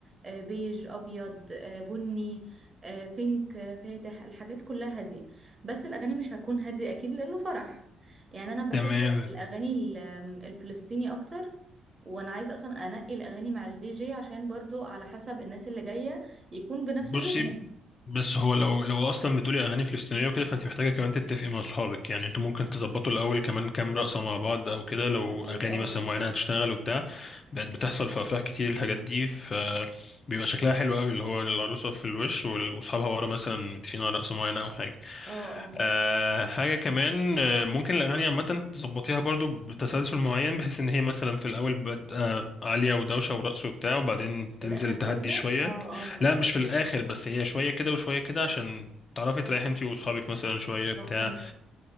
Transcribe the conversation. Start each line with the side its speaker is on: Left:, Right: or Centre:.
Right: آه، بيج ابيض آه، بني آه، بينك آه، فاتح الحاجات كلها هاديه بس الاغاني مش هتكون هاديه اكيد لانه فرح يعني انا بحب
Left: تمام
Right: الاغاني ال- آمم، الفلسطيني اكتر وانا عايزه اصلا انقي الاغاني مع الدي جي عشان برضو على حسب الناس اللي جايه يكون بنفس
Left: بصي
Right: ذوقهم
Left: بس هو لو لو اصلا بتقولي اغاني فلسطينيه وكده فانت محتاجه كمان تتفقي مع اصحابك يعني انتوا ممكن تظبطوا الاول كمان كام رقصه مع بعض او كده لو
Right: اكيد
Left: اغاني
Right: اه
Left: مثلا معينه هتشتغل وبتاع بقت بتحصل في افراح كتير الحاجات دي فبيبقى شكلها حلو قوي اللي هو العروسه في الوش وال- واصحابها ورا مثلا متفقين على رقصه معينه او حاجه
Right: اه
Left: أه حاجه كمان آه، ممكن الاغاني عامه تظبطيها برضو بتسلسل معين بحيث ان هي مثلا في الاول بادئه عاليه ودوشه ورقص وبتاع وبعدين
Right: في
Left: تنزل
Right: الاخر تهدى
Left: تهدي شويه
Right: اه اه اه
Left: لا مش في الاخر بس هي شويه كده وشويه كده عشان تعرفي تريحي انت واصحابك مثلا شويه بتاع
Right: اه فهمت